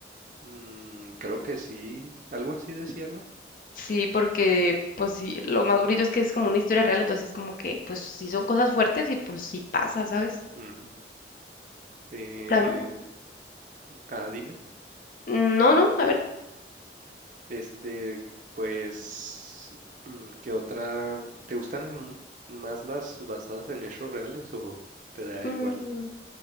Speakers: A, on the right; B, on the left.
A: Mm, creo que sí, algo así decía, ¿no?
B: Sí, porque pues sí, lo más bonito es que es como una historia real, entonces como que pues sí son cosas fuertes y pues sí pasa, ¿sabes?
A: Ujú. Eh,
B: Tam-
A: ah, dime.
B: no, no, a ver.
A: Este, pues, mm, ¿qué otra? ¿Te gustan más las basadas en hechos reales o te da
B: mm,
A: igual?